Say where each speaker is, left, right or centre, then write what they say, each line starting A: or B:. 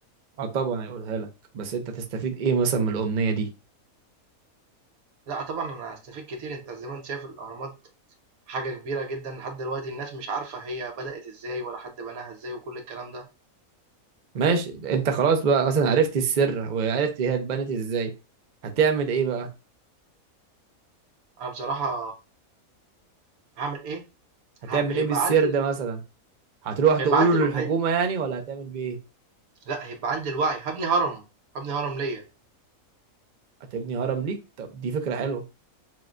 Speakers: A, on the right; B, on the right.
A: اه طبعا هيقولها لك بس انت تستفيد ايه مثلا من الامنيه دي
B: لأ طبعًا أنا هاستفيد كتير، أنت زي ما أنت شايف الأهرامات حاجة كبيرة جدًا، لحد دلوقتي الناس مش عارفة هي بدأت إزاي ولا حد بناها إزاي وكل الكلام ده،
A: ماشي انت خلاص بقى مثلا عرفت السر وعرفت هي اتبنت ازاي هتعمل ايه بقى
B: أنا بصراحة هاعمل إيه،
A: هتعمل
B: ه هيبقى
A: ايه بالسر
B: عندي
A: ده
B: ال
A: مثلا هتروح تقوله
B: هيبقى عندي ال
A: للحكومه يعني ولا هتعمل بايه
B: لأ، هيبقى عندي الوعي، هابني هرم، هابني هرم ليّا.
A: هتبني هرم ليك طب دي فكره حلوه